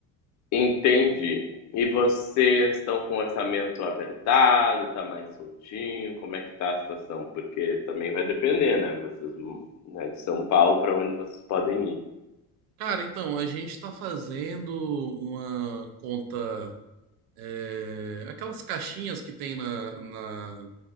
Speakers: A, on the left; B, on the right.
A: Entendi. E vocês estão com orçamento apertado, tá mais soltinho? Como é que tá a situação? Porque também vai depender, né, vocês, né, de São Paulo para onde vocês podem ir.
B: Cara, então, a gente tá fazendo uma conta é, aquelas caixinhas que tem na, na-